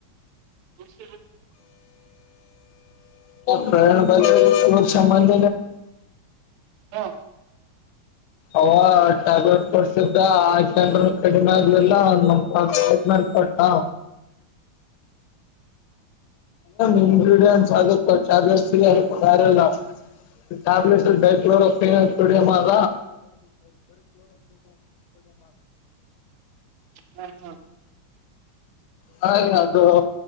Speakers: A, on the right; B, on the left.
A: ಮುಷ
B: ಪ್ರಯಾಣ ಬಾಜ ಕ ಸಾಮನ್
A: ಹಾ
B: ಅವ ಟ್ಯಾಬ್ಲೆಟ್ ಕೊಡ್ಸಿದ್ದ ಆ ಕೆಂಡ್ರ ಕಡಿಮೆ ಆದಲ್ಲಟ್ ಹಾ ಇ ಇಗ್ರಿಡಿಯಂಟ್ ಅ ಕಚಾಲ ಅರೆಲ್ಲಾ <unintelligible> ಮಾಡ
A: ಹಾ ಹಾ
B: ಹಾಗ ಅದು